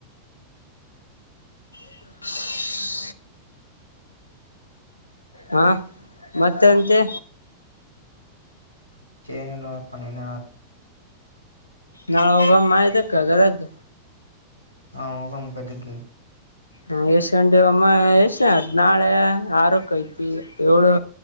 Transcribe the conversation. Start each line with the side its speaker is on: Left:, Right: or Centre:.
Left: <unintelligible> ಹಾ ಮತ್ತೆಂತೆ
Right: ನಲ್ಲ ಪ ನೀನ
Left: ನಾವೋಗಮ್ಮ ಇದ್ದಕ್ಕ ಗಲದ
Right: ಹಾ ಗ ಮುಕತಿಗ
Left: ಹ ಯಶಂಡೇವ ಅಮ್ಮ ಯಶ ನಾಳೆ ಆರಕ್ಕ ಐತಿ ಏಳು